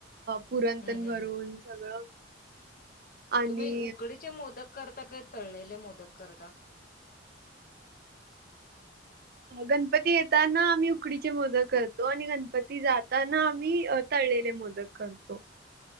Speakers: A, on the right; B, on the left.
A: पुरण
B: हम्म
A: तेन
B: हम्म
A: भरून
B: हम्
A: सगळं आणि
B: तुम्ही उकडीचे मोदक करता काय तळलेले मोदक करता?
A: गणपती येताना आम्ही उकडीचे मोदक करतो आणि गणपती जाताना आम्ही तळलेले मोदक करतो.